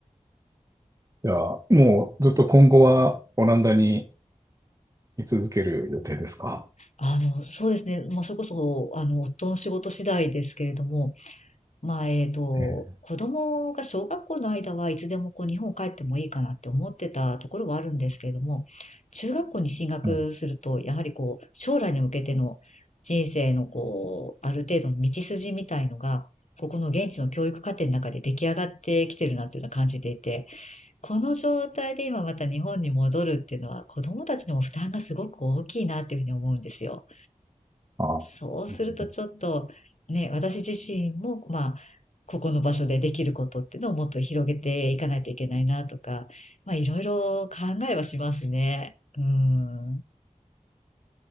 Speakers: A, on the right (about 25°); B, on the left (about 65°).
A: じゃあ、もうずっと今後はオランダに居続ける予定ですか。
B: あの、そうですね、まあ、それこそ、あの、夫の仕事次第ですけれども、まあ、えっと、
A: ええ、
B: 子供が小学校の間はいつでもこう日本帰ってもいいかなって思ってたところはあるんですけれども、中学校に進学すると、
A: はい。
B: やはりこう、将来に向けての人生のこう、ある程度の道筋みたいのが、ここの現地の教育課程の中で出来上がってきてるなというのは感じていて、この状態で今また日本に戻るっていうのは子供たちにも負担がすごく大きいなっていうふうに思うんですよ。
A: ああ、
B: そうするとちょっとね、
A: なるほど
B: 私自身も、まあ、ここの場所でできることっていうのをもっと広げていかないといけないなとか、まあいろいろ考えはしますね。うん。